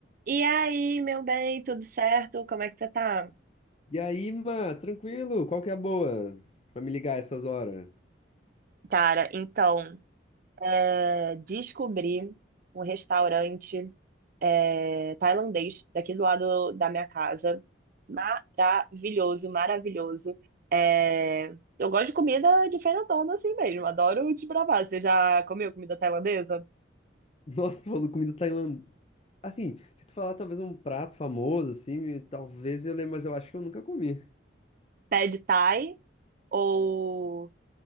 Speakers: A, on the right (about 50°); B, on the left (about 35°).
A: E aí, meu bem, tudo certo? Como é que você tá?
B: E aí, mano, tranquilo? Qual que é a boa pra me ligar essas horas?
A: Cara, então, é, descobri um restaurante é, tailandês daqui do lado da minha casa. Maravilhoso, maravilhoso. É, eu gosto de comida diferentona assim mesmo, adoro desbravar. Você já comeu comida tailandesa?
B: <laughs> Nossa, tu falou comida tailandesa. Assim, se tu falar talvez um prato famoso, assim, talvez eu lembre, mas eu acho que eu nunca comi.
A: Pad Thai ou